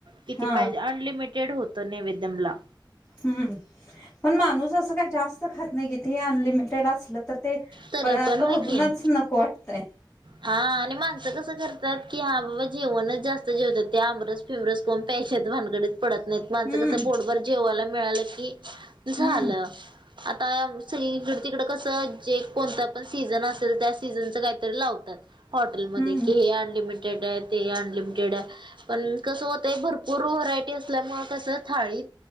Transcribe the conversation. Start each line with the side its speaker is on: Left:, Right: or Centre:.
Right: किती
Left: हा
Right: पाहिजे अनलिमिट ेड <unintelligible> होत नैवेदम ला
Left: ह् <unintelligible> पण माणूस अस काही जास्त खात नाही किती अनलिमिटेड असलं तर ते
Right: तरी
Left: पदार्थ
Right: पण होय
Left: बघूनच
Right: की
Left: नको वाटतंय
Right: हा आणि माणसं कसं करतात की हा बाबा <unintelligible> जेवणच जास्त जेवतात ते आमबरस फिमरस कोण प्याशत <unintelligible> भानगडीत पडत नाहीत माणसं
Left: हम्म
Right: कसं पोटभर जेवायला मिळालं की झालं
Left: हम्म
Right: आता सगळीकड तिकड कस जे कोणता पण सीझन असेल त्या सीझनच काहीतरी लावतात हॉटेलमध्ये
Left: हम्म
Right: कि हे अनलिमिटेड ते अनलिमिटेड आहे पण कसं होतय भरपूर व्हरायटी असल्यामुळे कसं थाळीत